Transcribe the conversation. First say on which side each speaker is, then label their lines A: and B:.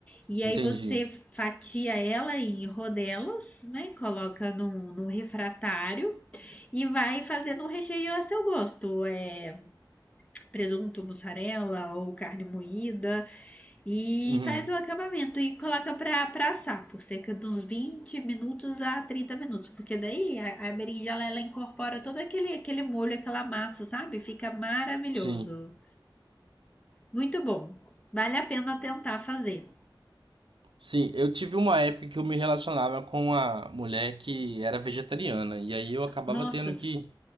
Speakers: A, on the left; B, on the right.
A: E aí
B: Entendi.
A: você fatia ela em rodelas, né? Coloca num, num refratário e vai fazendo um recheio a seu gosto. É presunto, mussarela ou carne moída. E
B: Uhum.
A: faz o acabamento e coloca para pra assar por cerca de uns 20 minutos a 30 minutos. Porque daí a, a berinjela ela incorpora todo aquele, aquele molho, aquela massa, sabe? Fica maravilhoso.
B: Sim.
A: Muito bom. Vale a pena tentar fazer.
B: Sim, eu tive uma época que eu me relacionava com uma mulher que era vegetariana, e aí eu acabava
A: Nossa.
B: tendo que